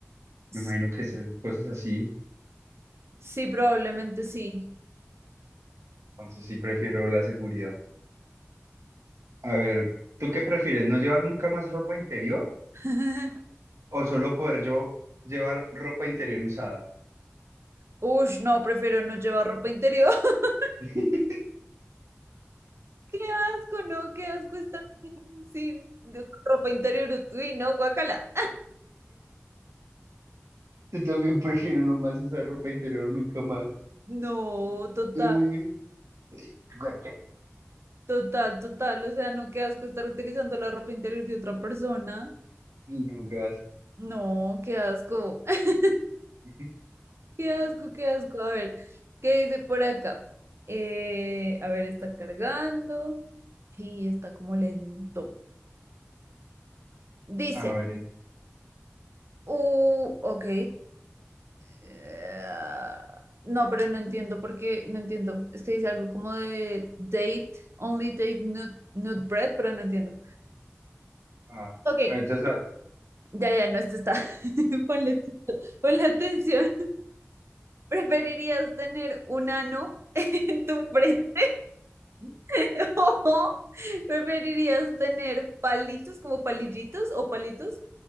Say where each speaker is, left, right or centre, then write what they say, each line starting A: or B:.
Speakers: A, on the right; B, on the right.
A: Sí,
B: Me imagino que son cosas así.
A: sí, probablemente sí.
B: Entonces sí prefiero la seguridad. A ver, ¿tú qué prefieres? ¿No llevar nunca más ropa interior
A: <laughs>
B: o solo poder yo llevar ropa interior usada?
A: Ush, no, prefiero no llevar ropa interior. <laughs>
B: <laughs>
A: Qué asco, no, qué asco estar sin, sin ropa interior. Uy, no, guacala.
B: Yo también prefiero no más usar ropa interior nunca más.
A: No, total.
B: Eh, guaca,
A: Total, total, o sea, no, qué asco estar utilizando la ropa interior de otra persona.
B: Y no gas.
A: No, qué asco, <laughs>
B: <laughs>
A: qué asco, qué asco. A ver, ¿qué dice por acá? Eh, a ver, está cargando y está como lento. Dice,
B: A ver, en-
A: uh, ok. eh, no, pero no entiendo porque no entiendo. Es que dice algo como de date, only date, not, not bread, pero no entiendo.
B: ah,
A: Ok,
B: bueno, entonces a-
A: Ya, ya, no, esto está. <laughs> Ponle, atención- ponle atención. ¿Preferirías tener un ano <laughs> en tu frente
B: <laughs>
A: <laughs> o preferirías tener palitos como palillitos o palitos